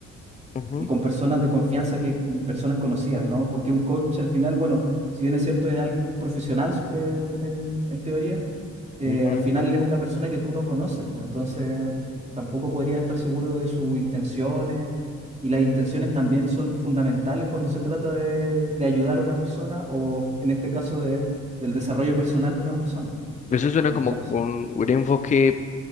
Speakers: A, on the left (about 25°); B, on the right (about 20°).
A: Ujú,
B: y con personas de confianza que mm, personas conocidas, ¿no? Porque un coach al final, bueno, si bien es cierto, es alguien, un profesional su- eh, en, en teoría, eh,
A: ujú.
B: al final es una persona que tú no conoces, pues, entonces tampoco podría estar seguro de sus intenciones y las intenciones también son fundamentales cuando se trata de, de ayudar a una persona o en este caso de, del desarrollo personal de una persona.
A: Eso suena
B: Entonces,
A: como con un enfoque,